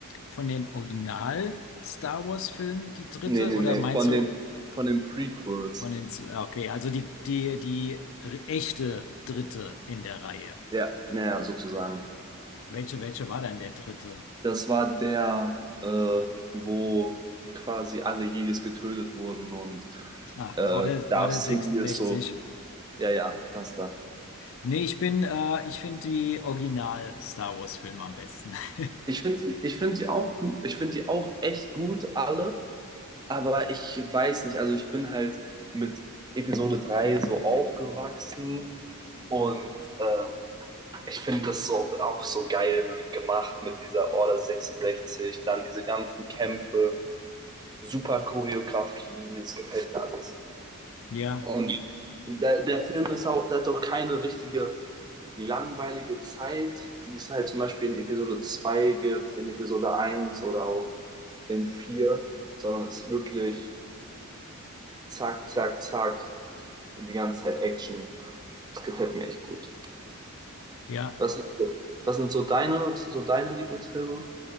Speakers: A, on the left; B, on the right.
A: von den Original Star Wars Filmen, die dritte,
B: Nee, nee,
A: oder
B: nee,
A: meinst
B: von
A: du
B: den, von den Prequels.
A: von den, z- ja, okay, also die, die, die re- echte dritte in der Reihe?
B: Ja, naja, sozusagen.
A: Welche, welche war denn der dritte?
B: Das war der, äh, wo quasi alle Jedis getötet wurden und
A: Ah, die
B: äh,
A: Order,
B: Darth
A: Order
B: Sidious
A: 66.
B: so, ja, ja, das da.
A: Nee, ich bin, äh, ich finde die Original-Star Wars-Filme am besten. <laughs>
B: Ich finde die, ich finde die auch gut, ich finde die auch echt gut, alle, aber ich weiß nicht, also ich bin halt mit Episode 3 so aufgewachsen und ähm, ich finde das so auch so geil gemacht mit dieser Order sechsundsechzig. dann diese ganzen Kämpfe, super Choreografie, es gefällt mir alles.
A: Ja,
B: Und der, der Film ist auch, der hat auch keine richtige langweilige Zeit, die es halt zum Beispiel in Episode 2 gibt, in Episode eins oder auch in vier sondern es ist wirklich zack, zack, zack, die ganze Zeit Action. Das gefällt mir echt gut.
A: ja.
B: Was sind so, was sind so deine, was sind so deine Lieblingsfilme?